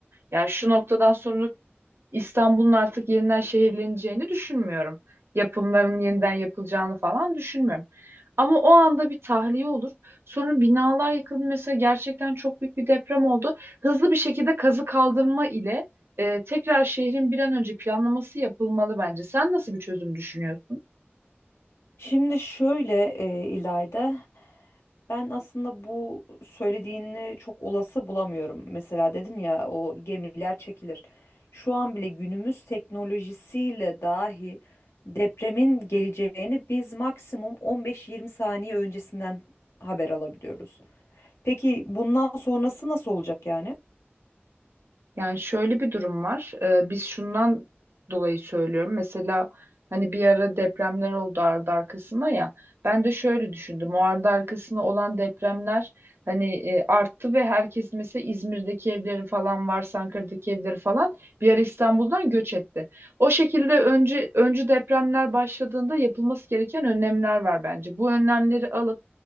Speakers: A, on the right; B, on the left.
A: Yani şu noktadan sonra İstanbul'un artık yeniden şehirleneceğini düşünmüyorum. Yapımların yeniden yapılacağını falan düşünmüyorum. Ama o anda bir tahliye olur. Sonra binalar yıkıldı. Mesela gerçekten çok büyük bir deprem oldu. Hızlı bir şekilde kazı kaldırma ile e, tekrar şehrin bir an önce planlaması yapılmalı bence. Sen nasıl bir çözüm düşünüyorsun?
B: Şimdi şöyle e, İlayda Ben aslında bu söylediğini çok olası bulamıyorum. Mesela dedin ya o gemiler çekilir. Şu an bile günümüz teknolojisiyle dahi depremin geleceğini biz maksimum 15-20 saniye öncesinden haber alabiliyoruz. Peki bundan sonrası nasıl olacak yani?
A: Yani şöyle bir durum var. Ee, biz şundan dolayı söylüyorum. Mesela hani bir ara depremler oldu ardı arkasına ya. Ben de şöyle düşündüm. O ardı arkasına olan depremler hani e, arttı ve herkes mesela İzmir'deki evleri falan varsa Ankara'daki evleri falan bir ara İstanbul'dan göç etti. O şekilde önce öncü depremler başladığında yapılması gereken önlemler var bence. Bu önlemleri alıp